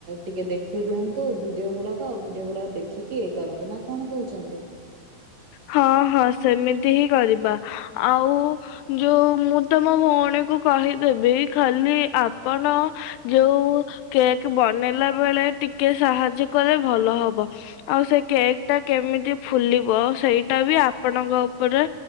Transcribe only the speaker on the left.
ହଁ ହଁ ସେମିତି ହିଁ କରିବା, ଆଉ ଯୋଉ ମୁଁ ତ ମୋ ଭଉଣୀକୁ କହିଦେବି, ଖାଲି ଆପଣ ଯୋଉ କେକ୍ ବନେଇଲା ବେଳେ ଟିକେ ସାହାଯ୍ୟ କଲେ ଭଲ ହବ। ଆଉ ସେ କେକ୍ ଟା କେମିତି ଫୁଲିବ ସେଇଟା ବି ଆପଣଙ୍କ ଉପରେ